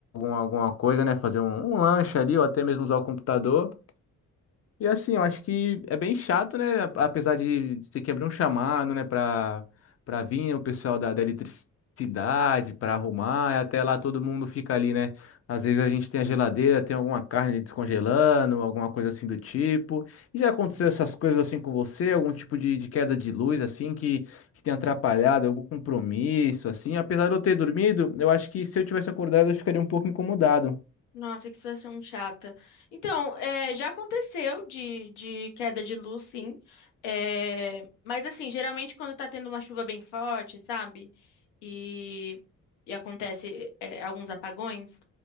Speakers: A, on the left; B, on the left.
A: alguma coisa, né, fazer um, um lanche ali, ou até mesmo usar o computador, e assim, eu acho que é bem chato, né? a- Apesar de ter que abrir um chamado, né, para para vir o pessoal da, da eletricidade para arrumar, e até lá todo mundo fica ali, né? Às vezes a gente tem a geladeira, tem alguma carne descongelando, alguma coisa assim do tipo. E já aconteceu essas coisas assim com você? Algum tipo de, de queda de luz, assim, que, que tem atrapalhado, algum compromisso, assim? Apesar de eu ter dormido, eu acho que se eu tivesse acordado, eu ficaria um pouco incomodado.
B: Nossa, que situação chata. Então, é, já aconteceu de, de queda de luz, sim. É, mas, assim, geralmente quando tá tendo uma chuva bem forte, sabe? E, e acontece, é, alguns apagões.